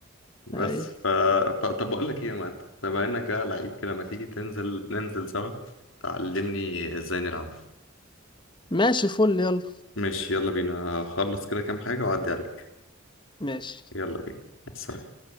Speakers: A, on the left; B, on the left.
A: بس
B: اي
A: ف... ف... طب بقول لك ايه يا مات بما انك بقى لعيب كده ما تيجي تنزل ننزل سوا تعلمني ازاي نلعب
B: ماشي فل يلا
A: ماشي يلا بينا هخلص كده كام حاجة وأعدي عليك
B: ماشي
A: يلا بينا سلام